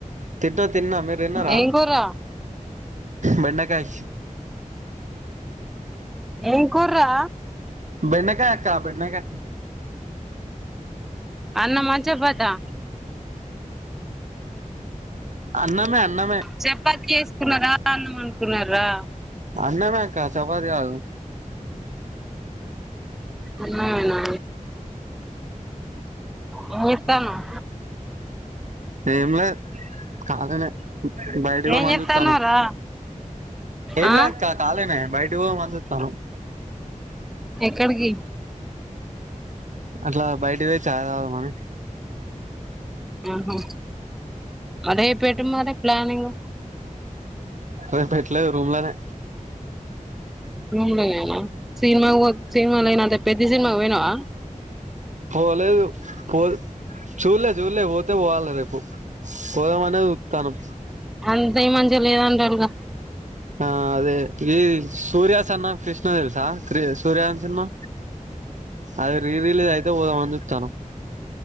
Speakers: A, on the right (about 60°); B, in the centre.
A: తింటా తిన్న మీరు తిన్నారా
B: ఏం కూర
A: బెండకాయ
B: ఏం కూర్రా
A: బెండకాయ అక్క బెండకాయ
B: అన్నమ చపాతా
A: అన్నమే అన్నమే
B: చపాతి చెసుకున్నారా అన్నం వన్డుకున్నారా
A: అన్నమే అక్క చపాతి కాదు
B: అన్నమేనా ఏమ్ చెత్తన్నావు
A: ఏం లే కాలినే బయటికీ
B: ఏం
A: పోదమని
B: చేత్తన్నావ్
A: చుతున్నాం
B: రా
A: ఏం
B: ఆ
A: లే అక్క కాలినే బయటకి పోదమని చూస్తున్నాం
B: ఎక్కడికి
A: అట్లా బయటికి పోయి చాయ్ తాగుదామని.
B: ఆహా రేపేటు మరి ప్లానింగ్.
A: రేపు ఎటులేదు రూమ్లనే.
B: రూమ్లనేనా సినిమాకు పో సినిమా పోయినా అంటే పెద్ధి సినిమాకు పోయినవా.
A: పోలేదు పోదు. చూల్లే చూల్లే పోతే పోవాలె రేపు పోదామనే చూత్తాన్నం.
B: అంత ఏం మంచిగా లేదంటల్లుగా.
A: ఆ అదే ఈ సూర్య సన్నాఫ్ కృష్ణ తెల్సా సూర్యగాని సినిమా. అది రీ రిలీజ్ అయితే పోదమని చూత్తాన్నం.